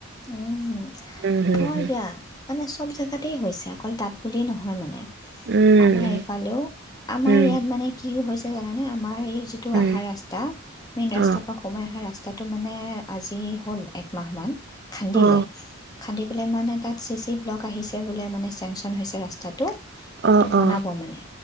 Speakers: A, on the left; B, on the right.
A: উম
B: উম, হম,
A: হয়
B: হম।
A: দিয়া মানে চব জেগাতেই হৈছে। অকল তাত বুলিয়েই নহয় মানে,
B: উম
A: আমাৰ এইফালেও, আমাৰ
B: উম
A: ইয়াত মানে কি হৈছে। <unintelligible> আমাৰ এই যিটো
B: উম
A: অহা ৰাস্তা মেইন ৰাস্তা
B: অ
A: পৰা সোমাই অহা ৰাস্তা কথাটো মানে আজি হ'ল একমাহ মান খান্দিলে-খান্দি
B: অ
A: এটাত চি চি ব্লক আহিছে বোলে মানে চেংচন হৈছে ৰাস্তাত।
B: অ অ
A: ত বনাব
B: অ
A: মানে,